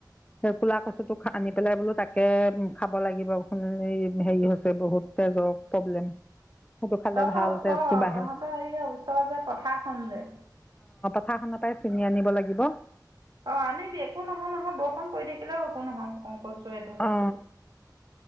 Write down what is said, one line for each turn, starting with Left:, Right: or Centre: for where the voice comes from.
Left: ক'লা কচুটো আনি পেলাই বোলো তাকে খাব লাগিব হেৰি হৈছে বহুত তেজৰ প্ৰব্লেম সেইটো খালে
Right: তইহঁতৰ
Left: ভাল
Right: ওচৰ
Left: তেজটো বাঢ়ে
Right: তহঁতৰ এই ওচৰ যে পথাৰখন যে
Left: পথাখন পৰা চিঙ আন লাগে লাগিব
Right: অ আনিবি একো নহয় নহয় বৰষুণ পৰি থাকিলেও একো নহয় সংচু তয় এইটো কছো
Left: অ